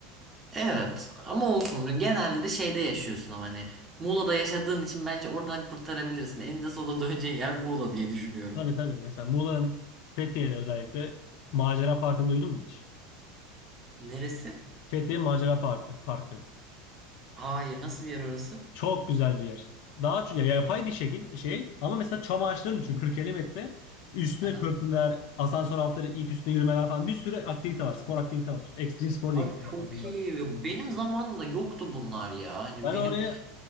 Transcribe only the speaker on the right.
Evet ama olsun genelde de şeyde yaşıyorsun ama hani Muğla'da yaşadığın için bence oradan kurtarabilirsin. Eninde sonunda döneceğin yer Muğla diye düşünüyorum.
Neresi?
Hayır nasıl bir yer orası?
Aha.
Aa,
çok
iyi. Ya Benim zamanımda yoktu bunlar ya. Hani
benim